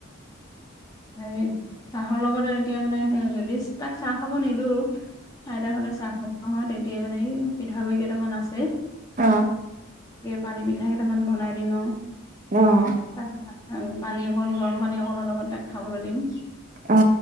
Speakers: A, on the left; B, on the right.
A: হে চাহৰ লগতে এতিয়া মানে সে যদি তাক চাহ খাব নিদিওঁ। আইত হতে চাহ খাওঁব হয় তেতিয়া মানে পিঠাগুৰি কেইটামান আছে
B: অ'
A: পানী পিঠা কেইটামান বনাই দিম
B: অ
A: আৰু তাক পানী অকণ গৰম পানী অকণনৰ লগত তাক খাবলৈ দিম।
B: অ